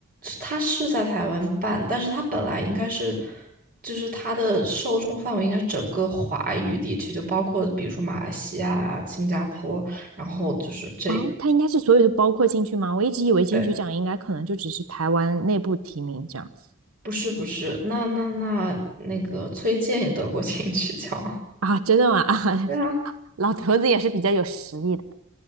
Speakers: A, on the right (about 45°); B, on the right (about 85°).
A: 它是在台湾办，但是他本来应该是，就是他的受众范围应该是整个华语地区，就包括比如说马来西亚啊、新加坡，然后就是这，
B: 哦，它应该是所有的包括进去吗？我一直以为金曲奖应该可能就只是台湾内部提名这样子
A: 对，不是不是，那那那那个崔健也得过 <laughs> 金曲奖，
B: 啊，真的吗？<laughs> 啊，
A: <laughs> 对啊，
B: 老头子也是比较有实力的。